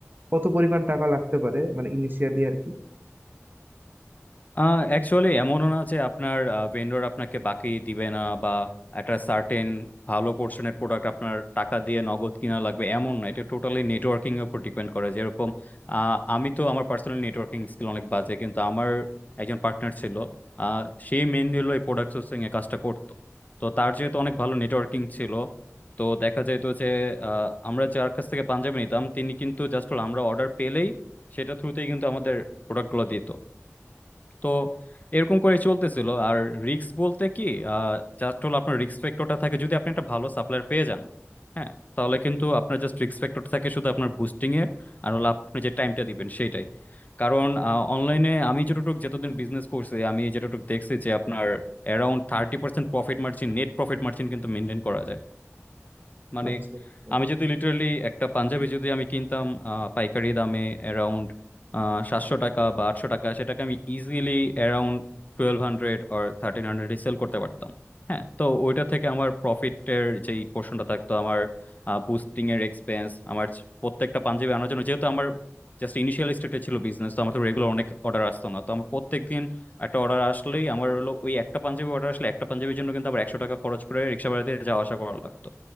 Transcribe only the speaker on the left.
আহ অ্যাকচুয়ালি এমনও না যে আপনার ভেন্ডর আপনাকে বাকি দিবে না বা একটা সার্টেন ভালো পোর্শনের প্রোডাক্ট আপনার টাকা দিয়ে নগদ কিনা লাগবে এমন না এটা টোটালি নেটওয়ার্কিং এর উপর ডিপেন্ড করে যেরকম আহ, আমি তো আমার পার্সোনাল নেটওয়ার্কিং স্কিল অনেক বাজে কিন্তু আমার একজন পার্টনার ছিল আহ, সে মেনলি হলো এই প্রোডাক্ট সোর্সিং এর কাজটা করতো তো তার যেহেতু অনেক ভালো নেটওয়ার্কিং ছিল তো দেখা যেত যে আহ, আমরা যার কাছ থেকে পাঞ্জাবি নিতাম তিনি কিন্তু জাস্ট আমরা অর্ডার পেলেই সেটা থ্রুতেই কিন্তু আমাদের প্রোডাক্টগুলো দিত তো এরকম করে চলতেছিল আর রিস্ক বলতে কি জাস্ট হলো আপনার রিস্ক ফ্যাক্টরটা থাকে যদি আপনি একটা ভালো সাপ্লায়ার পেয়ে যান হ্যাঁ তাহলে কিন্তু আপনার জাস্ট রিস্ক ফ্যাক্টর থাকে শুধু আপনার বুস্টিং এর আর হলো আপনি যে টাইমটা দিবেন সেটাই কারণ অনলাইনে আমি যতটুকু যতদিন বিজনেস করছি আমি যতটুকু দেখছি যে আপনার around thirty percent profit margin net profit margin কিন্তু মেনটেন করা যায় মানে
আমি যদি লিটারালি একটা পাঞ্জাবি যদি আমি কিনতাম আহ, পাইকারি দামে অ্যারাউন্ড সাতশো টাকা বা আটশো টাকা সেটাকে আমি easily around twelve hundred or thirteen হান্ড্রেডে সেল করতে পারতাম হ্যাঁ তো ওইটা থেকে আমার প্রফিটের যেই পোর্শনটা থাকতো আমার বুস্টিং এর এক্সপেন্স আমার চ- প্রত্যেকটা পাঞ্জাবি আনার জন্য যেহেতু আমার জাস্ট ইনিশিয়াল স্টেটে ছিল বিজনেস তো আমার তো রেগুলার অনেক অর্ডার আসতো না তো আমার প্রত্যেকদিন একটা অর্ডার আসলেই আমার হলো ওই একটা পাঞ্জাবি অর্ডার আসলে একটা পাঞ্জাবির জন্য কিন্তু আবার একশো টাকা খরচ করে রিক্সা ভাড়া দিয়ে যাওয়া আসা করা লাগতো